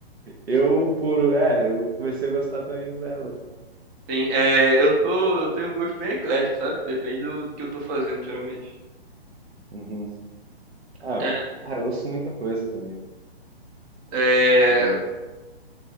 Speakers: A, on the right; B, on the right.
A: eu por... É, eu comecei a gostar também por ela.
B: Sim, é, eu sou, eu tenho um gosto bem eclético, sabe? Depende do que eu tô fazendo, geralmente.
A: Uhum. Ah, eu,
B: É,
A: ah, eu ouço muita coisa também.
B: é,
A: Tipo...